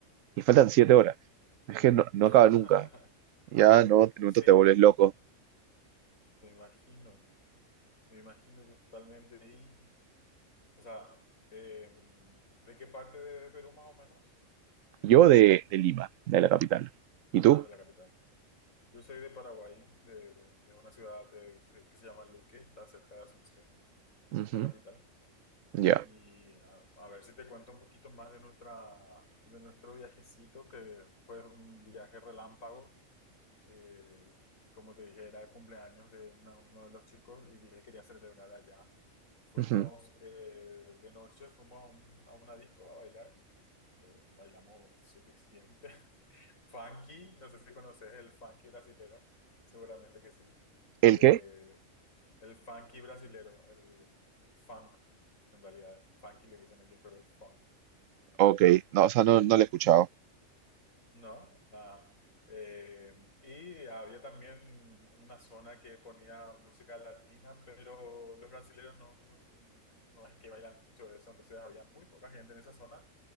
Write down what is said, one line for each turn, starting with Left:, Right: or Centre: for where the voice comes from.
Right: y faltan siete horas. Es que no, no
Left: <laughs>
Right: acaba nunca. Ya no, en un momento
Left: Sí,
Right: te vuelves loco.
Left: me imagino, me imagino totalmente. Y, y, o sea, eh, ¿de qué parte de de Perú más o menos?
Right: Yo de, de Lima, de la capital. ¿Y
Left: Ah,
Right: tú?
Left: de la capital. Yo soy de Paraguay, de, de- de una ciudad eh, que se llama Luque, está cerca de Asunción,
Right: Ujú,
Left: la capital.
Right: Ya.
Left: Y a, a ver si te cuento un poquito más de nuestra, de nuestro viajecito, que fue un viaje relámpago. Eh, como te dije, era el cumpleaños de una- uno de los chicos y él quería celebrar allá. Fuimos
Right: ujú.
Left: eh, de noche, fuimos a, un- a una disco a bailar eh, bailamos suficiente. <laughs> Funky, no sé si conoces el funky brasilero, seguramente que sí.
Right: ¿El
Left: Eh,
Right: qué?
Left: el funky brasilero, el, el funk, en realidad, funky le dicen ellos, pero es funk.
Right: Ok, no, o sea, no, no lo he escuchado.
Left: No, nada. Eh, y había también una zona que ponía música latina, pero los brasileños no, no, no es que bailan mucho de eso, entonces había muy poca gente en esa zona.